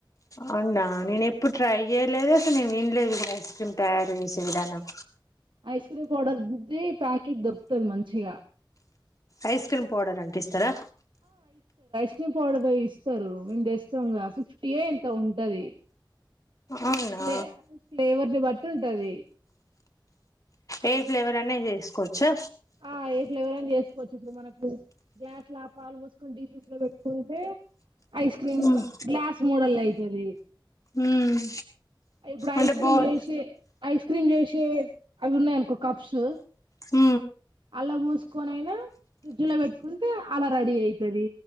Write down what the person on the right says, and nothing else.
ఐస్ క్రీమ్ పౌడర్ దది ప్యాకెట్ దొరుకుతంది మంచిగా
పక్ని పడ పో ఇస్తారు మేము తెస్తాంగా ఫిఫ్టీయ ఇంత ఉంటది
ఫ్లే ఫ్లేవర్ ని బ అ ఉంటది
ఆ ఏ ఫ్లేవర్ అని చేసుకోవచ్చు ఇప్పుడు మనకు గ్యాస్ లో ఆ పాలు మూసుకొని డీజస్ లో పెట్టుకుంటే ఐస్ క్రీమ్
గ్లాస్ మోడల్ అతేది
ఇప్పుడు
ఐస్ క్రీమ్
చేసి ఐస్ క్రీమ్ క్రీమ్ చేసి అవి ఉన్నాయినుకో కప్స్
అలా పోసుకొని అయినా ఫ్రిడ్జ్ లో పెట్టుకుంటే అలా రెడీ అవుతుది